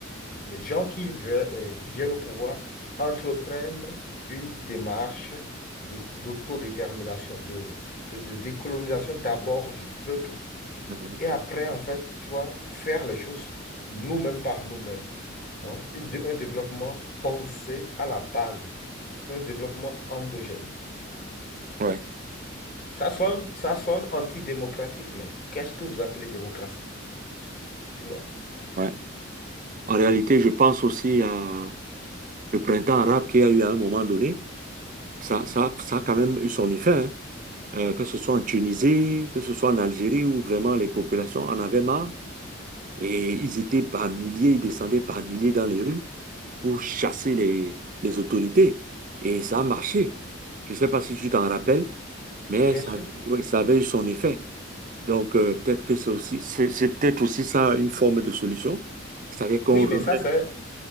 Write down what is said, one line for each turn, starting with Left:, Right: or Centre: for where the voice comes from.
Left: les gens qui, veulent euh, qui viennent au pouvoir entreprennent une démarche de- d'autodétermination, de, de de décolonisation d'abord du peuple
Right: Mhm.
Left: Et après, en fait, tu vois, faire les choses nous-mêmes par nous-mêmes. hein. Une dé- un développement pensé à la base, un développement endogène.
Right: Ouais,
Left: Ça sonne, ça sonne antidémocratique, mais qu'est-ce que vous appelez démocratie? Tu vois?
Right: ouais. En réalité, je pense aussi à le printemps arabe qu'il y a eu à un moment donné. Ça, ça, ça a quand même eu son effet, hein. Euh, que ce soit en Tunisie, que ce soit en Algérie, où vraiment les populations en avaient marre et ils étaient par milliers, ils descendaient par milliers dans les rues pour chasser les, les autorités. Et ça a marché. Je ne sais pas si tu t'en rappelles, mais
Left: Bien
Right: ça,
Left: sûr.
Right: oui, ça avait eu son effet. Donc, euh, peut-être que c'est aussi, c'est c'est peut-être aussi ça une forme de solution. C'est-à-dire qu'on
Left: Oui,
Right: remet
Left: mais ça, c'est,